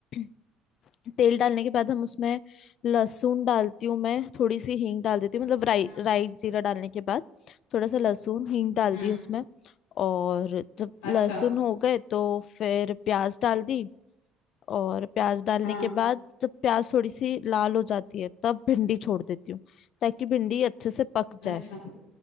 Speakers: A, on the left (about 55°); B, on the left (about 85°).
A: <clears throat> तेल डालने के बाद हम उसमें लहसुन डालती हूँ मैं थोड़ी सी हींग डाल देती हूँ मतलब
B: हम्म
A: राई राई जीरा डालने के बाद थोड़ा सा लहसुन हींग डाल
B: हम्म,
A: दी उसमें और जब लहसुन
B: अच्छा
A: हो गए तो फिर प्याज डाल दी और प्याज डालने
B: हाँ
A: के बाद जब प्याज थोड़ी सी लाल हो जाती है तब भिंडी छोड़ देती हूँ ताकि भिंडी अच्छे से पक जाए
B: अच्छा,